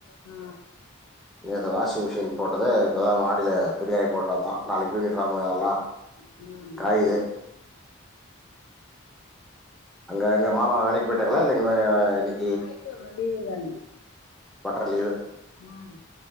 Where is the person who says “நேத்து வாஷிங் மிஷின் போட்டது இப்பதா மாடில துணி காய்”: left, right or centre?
Centre